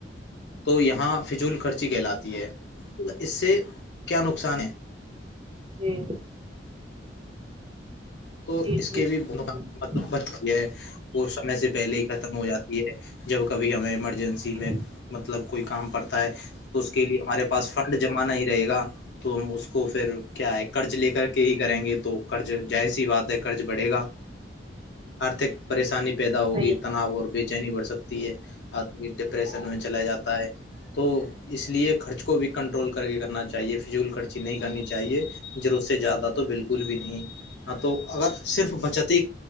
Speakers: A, on the left (about 70°); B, on the right (about 30°).
A: تو یہاں فضول خرچی کہلاتی ہے اس سے کیا نقصان ہے
B: جی
A: تو
B: جی
A: اس
B: جی
A: کے بھی
B: جی
A: مق مط بچ چی ہے وہ سمے سے پہلے ہی ختم ہو جاتی ہے جب کبھی ہمیں ایمرجنسی میں
B: جی
A: مطلب کوئی کام پڑتا ہے تو اس کے لیے ہمارے پاس فنڈ جمع نہیں رہے گا تو ہم اس کو پھر کیا ہے قرض لے کر کے ہی کریں گے تو قرض جائس وات ہے قرض بڑھے گا آرتھک پریشانی پیدا ہوگی
B: صحیح
A: تناؤ اور بیچ چینی بڑھ سکتی ہے آدمی ڈپریشن میں چلا جاتا ہے تو اس لیے خرچ کو بھی کنٹرول کر کے کرنا چاہیے فضول خرچی نہیں کرنی چاہیے جر اس سے زیادہ تو بالکل بھی نہیں ہاں تو اگر صرف بچت ہی